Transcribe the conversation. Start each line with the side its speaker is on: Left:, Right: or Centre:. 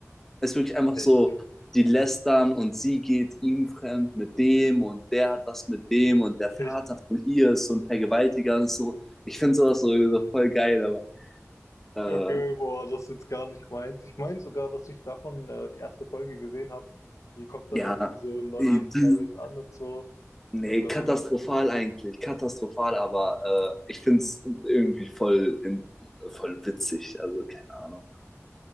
Centre: Es ist wirklich einfach
Left: Ich,
Centre: so, die lästern und sie geht ihm fremd mit dem und der hat was mit dem und der Vater
Left: ich,
Centre: von ihr ist so ein Vergewaltiger und so. Ich finde sowas so, so voll geil, aber äh,
Left: okay, boah, das ist jetzt gar nicht meins. Ich meine sogar, dass ich davon äh, die erste Folge gesehen habe. Die kommt
Centre: ja,
Left: dann irgendwie so neu
Centre: die,
Left: in Paris an und so.
Centre: Nee,
Left: Und dann,
Centre: katastrophal eigentlich, katastrophal, aber äh, ich find's irgendwie voll, in, voll witzig, also keine Ahnung.